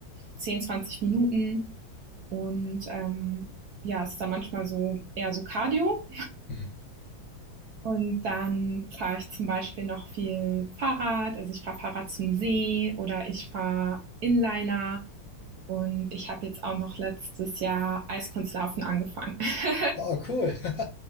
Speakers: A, on the right (about 65°); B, on the left (about 60°).
A: 10, 20 Minuten. Und ähm, ja, es ist dann manchmal so eher so Cardio
B: Mhm.
A: Und dann fahre ich zum Beispiel noch viel Fahrrad. Also ich fahre Fahrrad zum See oder ich fahre Inliner. Und ich habe jetzt auch noch letztes Jahr Eiskunstlaufen angefangen. <laughs>
B: Ah, cool. <laughs>